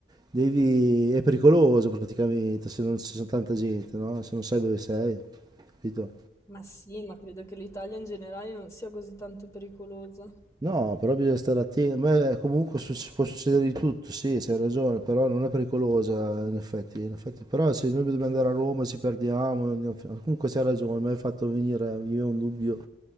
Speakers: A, on the right; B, on the left.
A: Devi, è pericoloso praticamente se non ci sono tanta gente, no? Se non sai dove sei, capito?
B: Ma sì, ma credo che l'Italia in generale non sia così tanto pericolosa. No,
A: No, però bisogna stare attenti. A me comunque suc- può succedere di tutto, sì, c'hai ragione, però non è pericolosa in effetti, in effetti. Però se noi dobbiamo andare a Roma ci perdiamo, andiamo fi- comunque c'hai ragione, mi hai fatto venire via un dubbio.